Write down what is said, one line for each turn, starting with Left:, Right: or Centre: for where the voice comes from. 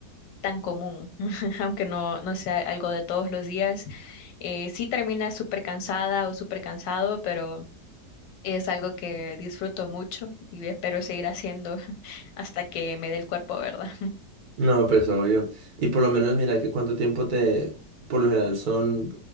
Left: tan común, <laughs> aunque no, no sea algo de todos los días. Eh, sí termina súper cansada o súper cansado, pero es algo que disfruto mucho y espero seguir haciendo <laughs> hasta que me dé el cuerpo, ¿verdad?
Right: No, pues obvio. Y por lo menos mira que cuánto tiempo te, por lo general son